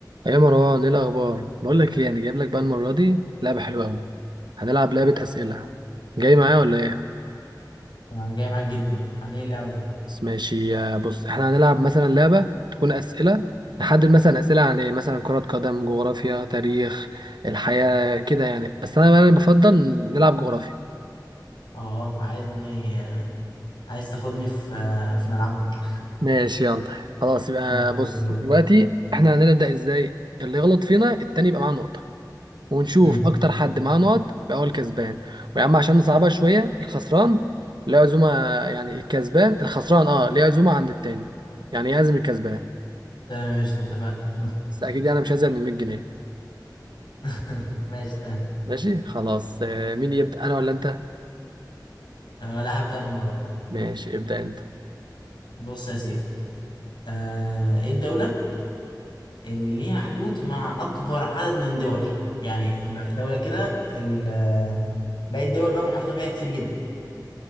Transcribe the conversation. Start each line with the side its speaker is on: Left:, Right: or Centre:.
Right: يا مروان ايه الاخبار بقول لك ايه يعني جايب لك بقى المره دي لعبه حلوه قوي هنلعب لعبه اسئله جاي معايا ولا ايه
Left: انا جاي معاك جدا عن ايه اللعبه دي
Right: بس ماشي يا بص احنا هنلعب مثلا لعبه تكون اسئله نحدد مثلا اسئله عن ايه مثلا كره قدم جغرافيا تاريخ الحياه كده يعني بس انا يعني بفضل نلعب جغرافيا
Left: اه عايزني آه، عايز تاخدني في آه، في ملعبك
Right: ماشي يلا خلاص
Left: <laughs>
Right: يبقى
Left: ماشي يلا
Right: بص
Left: بروح
Right: دلوقتي احنا هنبدا ازاي اللي يغلط فينا التاني يبقى معاه نقطه ونشوف
Left: امم
Right: اكتر حد معاه نقط بقى هو الكسبان ويا عم عشان نصعبها شويه الخسران ليه عزومه يعني الكسبان الخسران اه ليه عزومه عند التاني يعني يعزم الكسبان
Left: تمام قشطه اتفقنا
Right: بس اكيد يعني انا مش هزيد من 100 جنيه
Left: <laughs> ماشي تمام
Right: ماشي خلاص آه، مين يبدا انا ولا انت
Left: آه لا هبدا انا المره دي
Right: ماشي ابدا انت
Left: بص يا سيدي آه ايه الدوله اللي ليها حدود مع اكبر عدد من دول يعني ال- الدوله كده ال- آه، باقي الدول بقى محيطه بيها كتير جدا